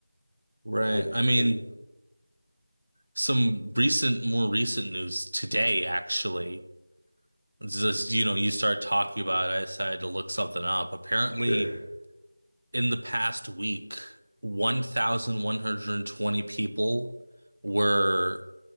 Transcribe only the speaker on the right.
Right.
I mean,
some recent more recent news today actually. It's Just, you know, you start talking about it, I decided to look something up. Apparently
in the past week, 1,120 people were